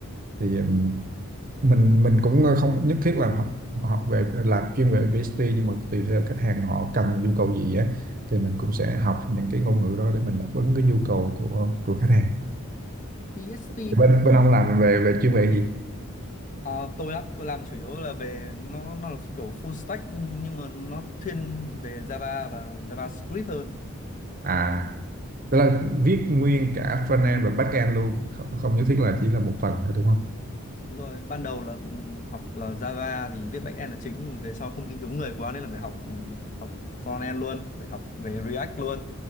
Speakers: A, on the right; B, on the left.
A: thì ừm, mình mình cũng không nhất thiết là học, học về làm chuyên về PHP nhưng mà tùy theo khách hàng họ cần nhu cầu gì á thì mình cũng sẽ học những cái ngôn ngữ đó để mình đáp ứng cái nhu cầu của của khách hàng
B: PHP
A: thì
B: cũng
A: bên bên ông làm về về chuyên về gì
B: à, tôi á, tôi làm chủ yếu là về nó nó là kiểu full stack nhưng mà nó thiên về Java và JavaScript hơn.
A: à tức là viết nguyên cả frontend và backend luôn không, không nhất thiết là chỉ là một phần thôi đúng không
B: Đúng rồi, ban đầu là ừ, học là Java thì viết backend là chính nhưng mà về sau công ty thiếu người quá nên là phải học ừ, học frontend luôn, phải học về React luôn.